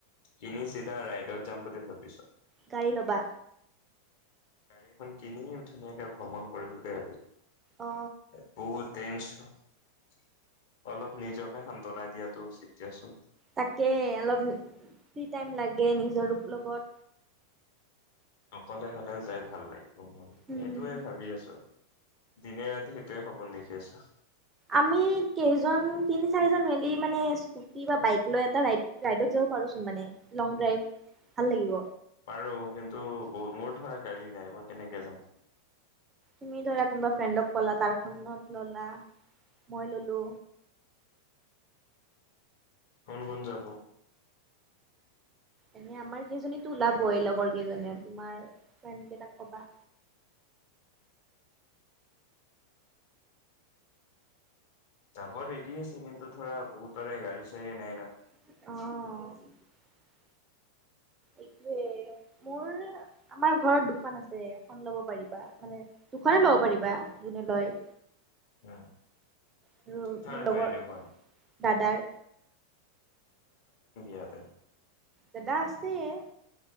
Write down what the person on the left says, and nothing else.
কিনি চিধা ৰাইডত যাম বুলি ভাবিছো-
গাড়ীখন কিনি ধুনীয়াকে ভ্ৰমণ কৰিম বুলি
ভাবিছো <unintelligible> অলপ নিজকে সান্তনা দিয়াটো উচিত দিয়াচোন।
অকলে হলে যায় ভাল লাগে। সেইটোৱে
ভাবি আছো। দিনে ৰাতি সেইটোৱে সপোন দেখি আছো।
পাৰো কিন্তু মোৰ ধৰা গাড়ী নাই মই কেনেকে যাম?
কোন কোন যাব?
যাব ৰেডি আছে কিন্তু ধৰা বহুতৰে গাড়ী ছাড়ীয়ে নাই ন।
উ
হয়
হয় এই দেখ
ইয়াতে